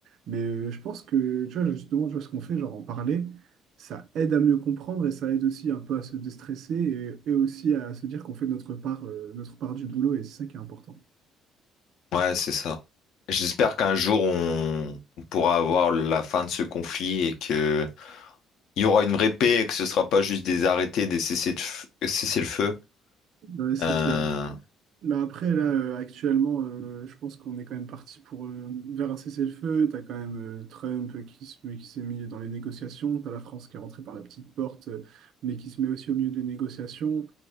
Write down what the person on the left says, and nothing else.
Ouais, c'est ça. J'espère qu'un jour, on, on pourra avoir la fin de ce conflit et que il y aura une vraie paix et que ce sera pas juste des arrêtés, des cessez le feu
Euh,